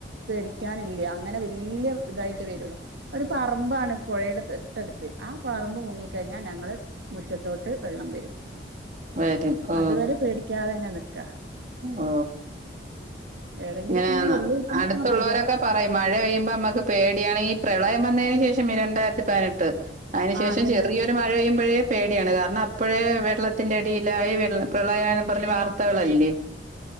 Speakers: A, on the right; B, on the right.
A: പേടിക്കാനില്ല അങ്ങനെ വല്യ ഇതായിട്ട് വരുള്ളു. ഒരു പറമ്പാണ് പുഴയുടെ തൊട്ടടുത്ത്. ആ പറമ്പ് മുങ്ങിക്കഴിഞ്ഞാൽ ഞങ്ങള് മുറ്റത്തോട്ട് വെള്ളം വരും.
B: വരും ഓ
A: അതുവരെ പേടിക്കാതെങ്ങെ നിക്കാ
B: ഓ
A: ഏതെങ്കിലുമൊക്കെ
B: ഇങ്ങനെയാന്നോ?
A: ഇങ്ങ് ഉരുള് പൊട്ടുമ്പോക്കെ
B: അടുത്ത്
A: ഇങ്ങ്
B: ഉള്ളോരൊക്കെ
A: വരാ
B: പറയും മഴ പെയ്യുമ്പോ മ്മക്ക് പേടിയാണ് പ്രളയം വന്നെന് ശേഷം ഈ രണ്ടായിരത്തി പതിനെട്ട്. അതിനുശേഷം
A: ആ അതന്നെ
B: ചെറിയൊരു മഴ പെയ്യുമ്പോഴേ പേടിയാണ്. കാരണം അ അപ്പോഴേ വെള്ളത്തിന്റെ അടിയിലായി വെളള പ്രളയം ആണന്ന് പറഞ്ഞ് വാർത്തകളല്ലേ?